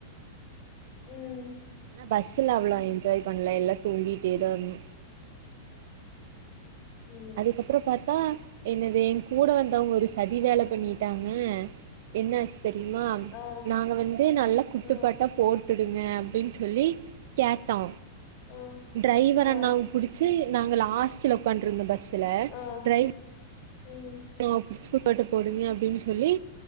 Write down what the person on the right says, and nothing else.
ஆனா பஸ்ல அவ்ளோ என்ஜாய் பண்ல எல்லா தூங்கிட்டே தா இருந்தோ
அதுக்கப்றோ பாத்தா என்னது என் கூட வந்தவங்க ஒரு சதி
வேல பண்ணிட்டாங் க என்னாச்சு தெரியுமா
நாங்க வந்து நல்லா குத்
துப்பாட்டா போட்டுடுங்க அப்டின் சொல்லி கேட்டோ
ட்ரைவரண்ணாவ
புடிச்சி நாங்க லாஸ்ட்ல உக்காண்டுருந்தோ பஸ்ல
டிரைவ்
ணா புடிச்சப்பாட்ட போடுங்க அப்டின்னு சொல்லி